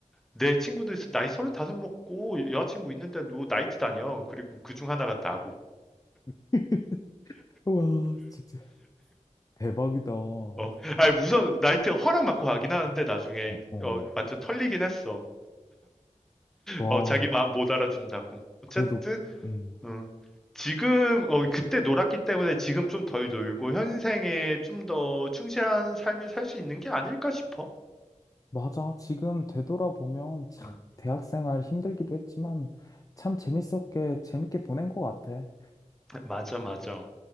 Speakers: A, in the centre; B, on the left (about 25°).
A: 내 친구도 있어. 나이 다섯 먹고 여자친구 있는데도 나이트 다녀. 그리고 그 중 하나가 나고.
B: <laughs> 와, 진짜 대박이다. 어,
A: 어, 아니 우선 나이트 허락 맞고 가긴 하는데 나중에
B: 어.
A: 어, 완전 털리긴 했어.
B: 와,
A: 어, 자기 마음 못 알아준다고. 어쨌든,
B: 그래도, 음.
A: 어. 지금, 어, 그때 놀았기 때문에 지금 좀 덜 놀고 현생에 좀 더 충실한 삶을 살 수 있는 게 아닐까 싶어.
B: 맞아. 지금 되돌아보면 참
A: 음,
B: 대학생활 힘들기도 했지만 참 재밌었게, 재밌게 보낸 것 같아.
A: 맞아, 맞아.